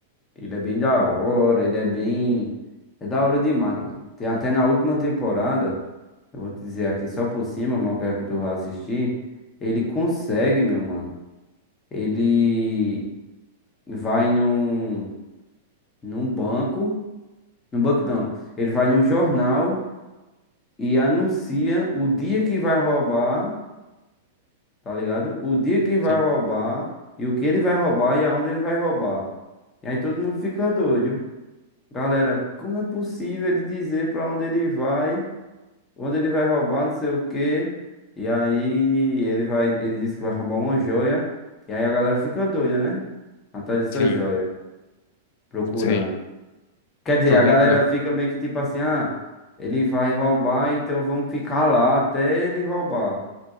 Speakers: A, on the left (about 20°); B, on the left (about 55°).
A: Ele é bem da hora, ele é bem. É da hora demais, mano. Tem até na última temporada, eu vou te dizer aqui só por cima, mas eu quero que tu vá assistir. Ele consegue, meu mano. Ele vai num, num banco. Num banco não. Ele vai num jornal e anuncia o dia que vai roubar, tá ligado? O dia que vai
B: Sim,
A: roubar e o que ele vai roubar e aonde ele vai roubar. E aí todo mundo fica doido. Galera, como é possível ele dizer pra onde ele vai, onde ele vai roubar, não sei o quê. E aí ele vai, ele diz que vai roubar uma joia. E aí a galera fica doida, né? Atrás dessa
B: sim,
A: joia, procurando.
B: sei.
A: Quer dizer,
B: Tô
A: a
B: ligado.
A: galera fica meio que tipo assim, ah, ele vai roubar, então vamos ficar lá até ele roubar.